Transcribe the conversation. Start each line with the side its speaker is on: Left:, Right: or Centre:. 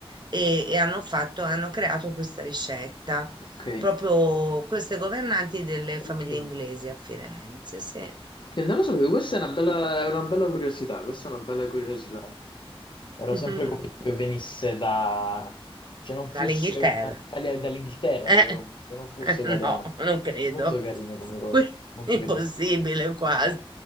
Right: e, e hanno fatto, hanno creato questa ricetta,
Left: Ok.
Right: proprio queste governanti delle
Left: Ok.
Right: famiglie inglesi a Firenze, sì. Eh,
Left: Che non lo sapevo, questa è una bella, è una bella curiosità, questa è una bella curiosità. Ero
Right: <laughs>
Left: sempre convinto che venisse da... cioè non fosse
Right: Dall'Inghilterra.
Left: una... Italia dall'Inghilterra,
Right: Eh,
Left: che, ero- che non fosse
Right: eh,
Left: italiana.
Right: no, non credo.
Left: Molto carina come cosa,
Right: Que-
Left: molto
Right: Impossibile
Left: carina.
Right: quasi,